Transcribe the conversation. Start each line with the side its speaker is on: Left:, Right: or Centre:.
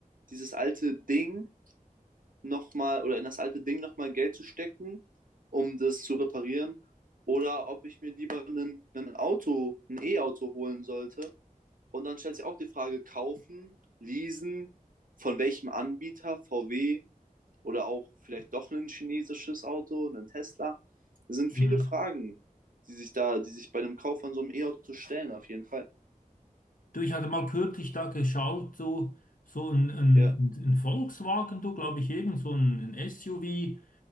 Right: dieses alte Ding nochmal oder in das alte Ding nochmal Geld zu stecken, um das zu reparieren? Oder ob ich mir lieber ein Auto, ein E-Auto holen sollte Und dann stellt sich auch die Frage, kaufen, leasen, von welchem Anbieter, VW oder auch vielleicht doch ein chinesisches Auto, ein Tesla. Es sind
Left: Mhm.
Right: viele Fragen, die sich da, die sich bei dem Kauf von so einem E-Auto stellen, auf jeden Fall.
Left: Du, ich hatte mal kürzlich da geschaut, so, so ein, ein,
Right: Ja,
Left: ein Volkswagen, du glaube ich, irgend so ein, ein SUV, die,